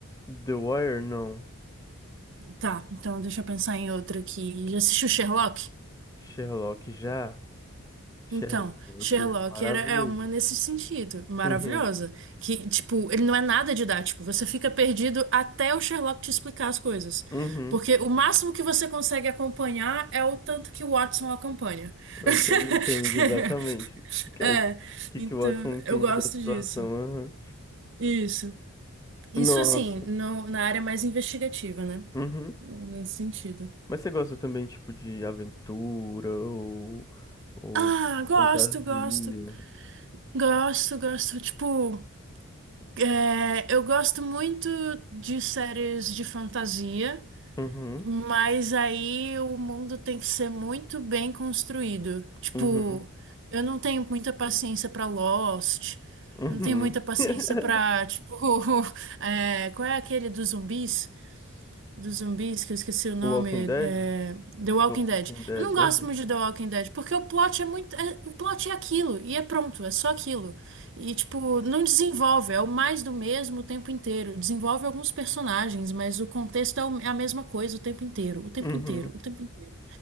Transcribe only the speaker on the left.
The Wire, não.
Sherlock já. Sherlock
é maravilhoso.
Uhum,
uhum.
É
o que ele entende exatamente. O que,
é o que
que o Watson entende
da situação.
aham.
Nossa.
Uhum.
Mas você gosta também, tipo, de aventura ou, ou
fantasia?
Uhum,
uhum,
uhum.
<laughs>
Walking
Dead?
The Walking
Dead.
Uhum,
uhum,